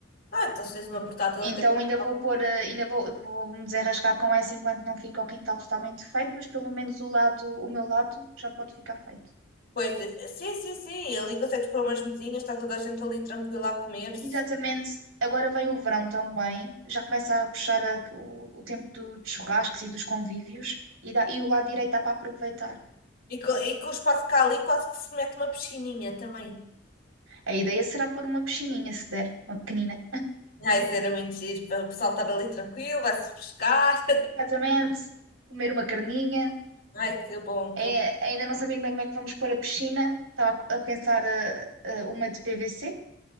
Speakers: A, on the left (about 45°); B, on the right (about 85°).
A: Ah, então se tens uma portátil até
B: Então
A: para
B: ainda vou pôr, eh, ainda vou, vou me desenrascar com essa enquanto não fica o quintal totalmente feito, mas pelo menos o lado, o meu lado já pode ficar feito.
A: coisa. Sim, sim, sim, ali consegues pôr umas mesinhas, está toda a gente ali tranquila a comer-se.
B: Exatamente. Agora vem o verão também, já começa a puxar a- o, o tempo do- dos churrascos e dos convívios e, dá- e o lado direito dá para aproveitar.
A: E co- e com, o espaço cá ali quase que se mete uma piscininha também.
B: A ideia será pôr uma piscininha, se der, uma pequenina.
A: Ai, isso era muito giro, para o pessoal estar ali tranquilo, vai-se refrescar.
B: Exatamente. Comer uma carninha.
A: <laughs> Ai, que bom, que
B: É,
A: bom.
B: ainda não sabendo bem como é que vamos pôr a piscina, estava a a pensar eh, eh, uma de PVC